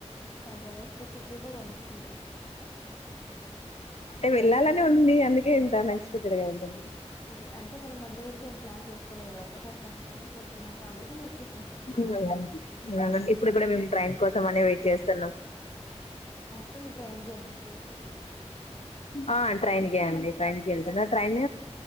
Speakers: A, on the left (about 30°); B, on the left (about 65°).
A: అది అనేక్స్పెక్టెడ్ వండర్ఫుల్ వు
B: ఎ వెళ్లాలనే ఉంది అందుకే ఇంత అనేక్స్పెక్టెడ్ గా అయింటది
A: అదే అంటే మనం ముందు నుంచి ఏం ప్లాన్ చేస్కోలేదు ఒక్కసారి అనుకొని పోతున్నాం కాబట్టి లైట్ తీసు
B: మ్ అవునండి ఇప్పుడు కూడా మేము ట్రైన్ కోసం అనే వెయిట్ చేస్తున్నాం
A: అంటే నువ్ ట్రైన్ జర్నీ ఆ చేసేది
B: ఆ ట్రైన్ కె అండి ట్రైన్ కి వెళ్తున్నా ట్రైన్